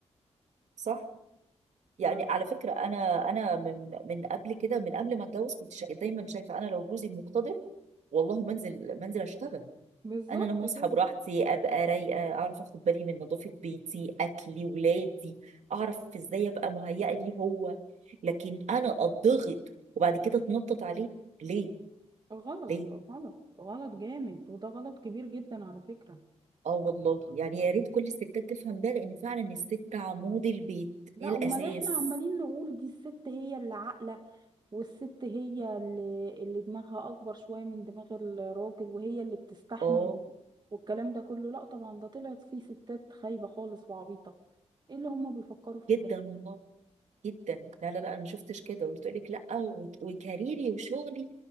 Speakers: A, on the right (about 80°); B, on the right (about 40°).
A: صح يعني
B: ف...
A: على فكره انا انا من من قبل كده من قبل ما اتجوز كنت شا- دايما شايفه انا لو جوزي مقتدر والله منزل منزل اشتغل
B: بالظبط
A: انا لما اصحى
B: كده
A: براحتي ابقى رايقه اعرف اخد بالي من نظافه بيتي اكلي ولادي اعرف ازاي ابقى مهيئه ليه هو لكن انا اتضغط وبعد كده اتنطط عليه ليه
B: غلط
A: ليه
B: غلط غلط جامد وده غلط كبير جدا على فكرة
A: اه والله يعني يا ريت كل الستات تفهم ده لان فعلا الست عمود البيت
B: لا
A: هي الاساس
B: امال احنا عمالين نقول دي الست هي اللي عاقلة والست هي اللي, اللي دماغها أكبر شوية من دماغ الراجل وهي اللي بتستحمل
A: اه
B: والكلام ده كله لا طبعا ده طلعت فيه ستات خايبة خالص وعبيطة ايه اللي هما بيفكروا فيه
A: جدا
B: ده
A: والله جدا لا لا لا انا ما شفتش كده وتقول لك لا وت- وكاريري وشغلي